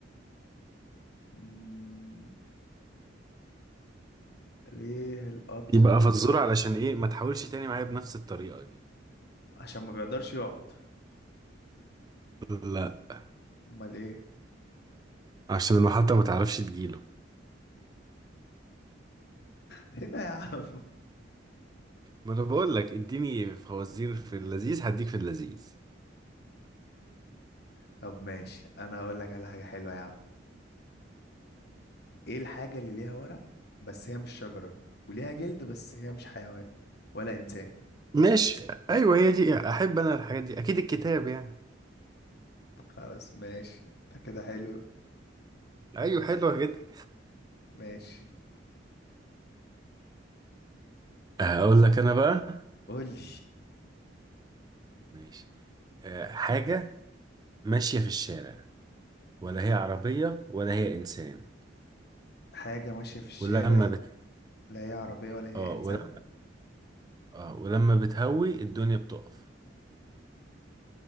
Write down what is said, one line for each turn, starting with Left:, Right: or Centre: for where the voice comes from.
Left: مم. ليه القطر
Right: يبقى فزورة
Left: بيقف
Right: علشان ايه ما تحاولش تاني معايا بنفس الطريقة دي
Left: عشان ما بيقدرش يقعد
Right: لا
Left: امال ايه
Right: عشان المحطة ما تعرفش تجيله
Left: هنا يا عم
Right: ما انا بقول لك اديني فوازير في اللذيذ هديك في اللذيذ
Left: <laughs> طب ماشي انا هقول لك على حاجة حلوة يا عم ايه الحاجة اللي ليها ورق بس هي مش شجرة وليها جلد بس هي مش حيوان ولا انسان
Right: ماشي ايوه هي دي احب انا الحاجات دي اكيد الكتاب يعني
Left: خلاص ماشي انت كده حلو
Right: ايوه حلوة جدا
Left: ماشي
Right: هقول لك انا بقى
Left: قولي
Right: ماشي آه، حاجه ماشيه في الشارع ولا هي عربية ولا هي إنسان
Left: حاجة ماشية في الشارع
Right: ولما بت...
Left: لا هي عربية ولا هي
Right: اه
Left: انسان
Right: ولما اه ولما بتهوي الدنيا بتقف